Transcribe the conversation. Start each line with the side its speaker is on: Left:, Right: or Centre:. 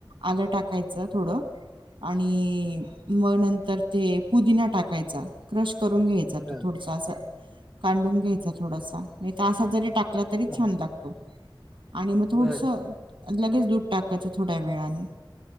Right: आलं टाकायचं. थोडं आणि मग नंतर ते पुदिना टाकायचा क्रश - करून घ्यायचा तो,
Centre: ह
Right: थोडासा असा कांडून घ्यायचा. थोडसा, नाहीतर असा जरी टाकला तरी
Centre: ह
Right: छान लागतो. आणि मग थोडसं,
Centre: बर.
Right: लगेच दूध टाकायचं थोड्या वेळानी.